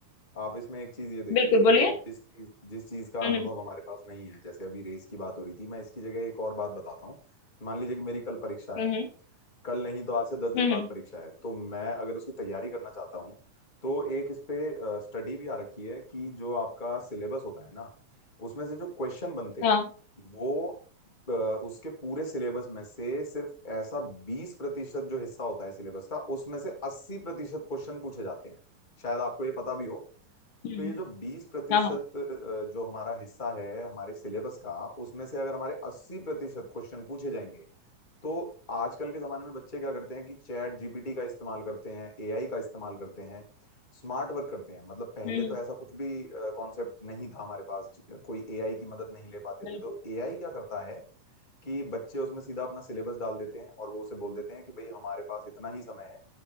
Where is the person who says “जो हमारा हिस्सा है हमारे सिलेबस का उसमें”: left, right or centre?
Left